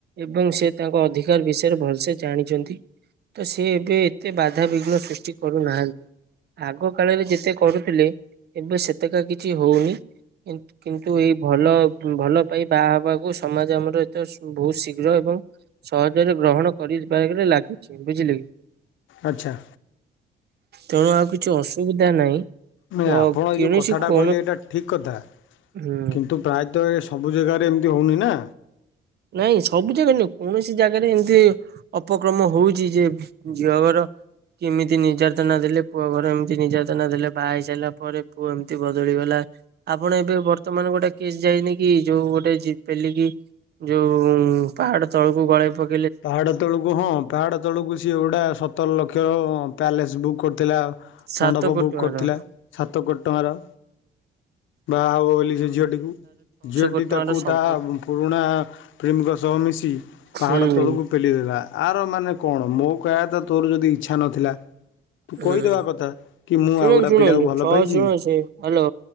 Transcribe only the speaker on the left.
ଆଚ୍ଛା।
ନା
ଆପଣ ଏଇ
ଯେଉଁ କଥାଟା
କହିଲେ ଏଇଟା ଠିକ୍ କଥା,
କିନ୍ତୁ ପ୍ରାୟତଃ ଏ ସବୁ ଜାଗାରେ ଏମିତି ହେଉନି ନା।
ପାହାଡ ତଳକୁ ହଁ। ପାହାଡ଼ ତଳକୁ ସିଏ ଗୁଡ଼ା ସତର ଲକ୍ଷର ପ୍ୟାଲେସ୍ ବୁକ୍ କରିଥିଲା।
ମଣ୍ଡପ
ବୁକ୍
କରିଥିଲା ସାତ କୋଡ଼ି ଟଙ୍କାର।
ବାହା ହେବ ବୋଲି ସେ ଝିଅଟିକୁ, ଝିଅଟି
ତାକୁ
ତା ପୁରୁଣା ପ୍ରେମୀକ ସହ ମିଶି ପାହାଡ଼
ତଳକୁ ପଲି ଦେଲା ଆର ମାନେ କଣ ମୋ କହିବା ତ ତୋର ଯଦି ଇଚ୍ଛା ନଥିଲା ତୁ
କହିଦବା କଥା କି ମୁଁ
ଆଉ ଗୋଟେ
ପିଲାକୁ ଭଲ
ପାଇଛି